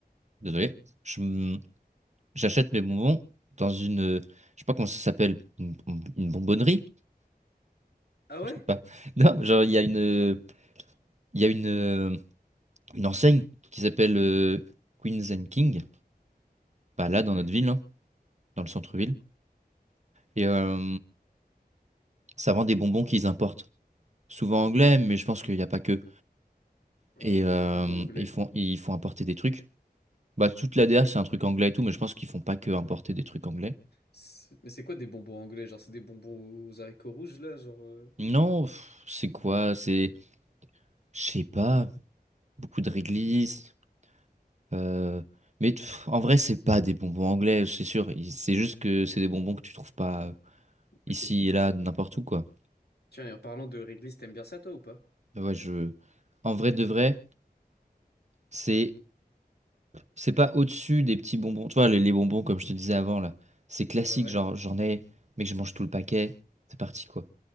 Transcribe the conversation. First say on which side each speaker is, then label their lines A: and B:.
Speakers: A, on the right (about 45°); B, on the left (about 80°).
A: désolé. Je, m- j'achète mes bonbons dans une, euh, je sais pas comment ça s'appelle, une, bon- une bonbonnerie,
B: Ah ouais?
A: je sais pas. <laughs> Non, genre il y a une, euh, il y a une, euh, une enseigne qui s'appelle euh, Queens and King, bah là
B: Ouais.
A: dans notre ville, hein, dans le centre-ville. Et euh, ça vend des bonbons qu'ils importent, souvent anglais, mais je pense qu'il n'y a pas que.
B: Euh,
A: Et euh,
B: les bonbons anglais.
A: ils font, ils font importer des trucs. Bah, toute la DA, c'est un truc anglais et tout, mais je pense qu'ils font pas que importer des trucs anglais.
B: C'est- Mais c'est quoi des bonbons anglais? Genre c'est des bonbons aux haricots rouges là, genre. euh,
A: Non, pff, c'est quoi? C'est, je sais pas, beaucoup de réglisse. euh, Mais pff, en vrai, c'est pas des bonbons anglais, c'est sûr. Il- C'est juste que c'est des bonbons que tu trouves pas euh, ici
B: Ok.
A: et là, n'importe où, quoi.
B: Tiens, et en parlant de réglisse, t'aimes bien ça toi ou pas?
A: Ouais, je... En vrai de vrai, c'est c'est pas au-dessus des petits bonbons. Tu vois, les, les bonbons, comme je te disais avant, là, c'est classique,
B: Ouais, ouais,
A: genre j'en ai, mais que je mange tout le paquet. C'est parti, quoi.